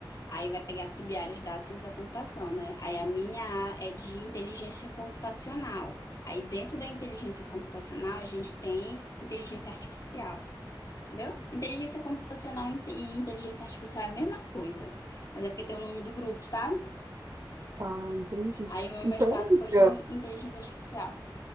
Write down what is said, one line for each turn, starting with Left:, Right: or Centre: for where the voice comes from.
Left: Aí vai pegar as sub-áreas da ciência da computação, né? Aí a minha á- é de inteligência computacional. Aí dentro da inteligência computacional a gente tem inteligência artificial. Entendeu? Inteligência computacional e inte- e inteligência artificial é a mesma coisa, mas é porque tem o nome do grupo, sabe?
Right: Ah, entendi.
Left: Aí o meu
Right: Então,
Left: mestrado
Right: amiga,
Left: foi em inteligência artificial.